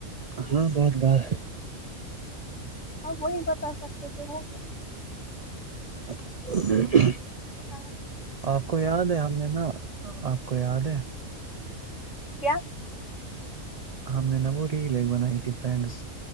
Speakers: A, on the right; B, on the left.
A: ہاں بہت بار
B: ہم وہی بتا سکتے تھے وہ
A: <inaudible>
B: <unintelligible>
A: آپ کو یاد ہے ہم نے نا آپ کو یاد ہے
B: کیا
A: ہم نے نا وہ ریل ایک بنائی تھی فرینڈس